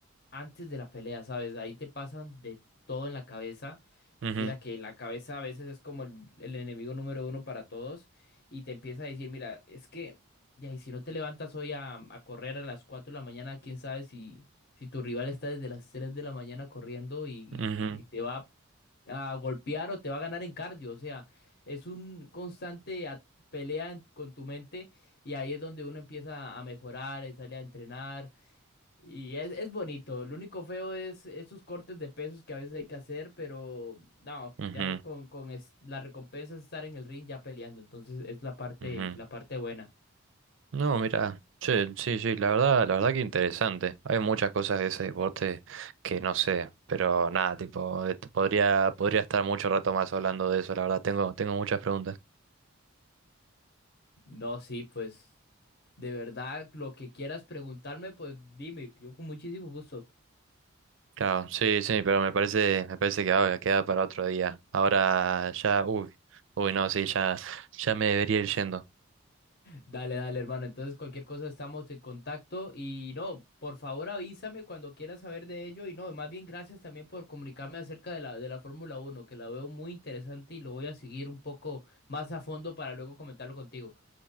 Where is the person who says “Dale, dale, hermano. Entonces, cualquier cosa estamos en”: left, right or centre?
Left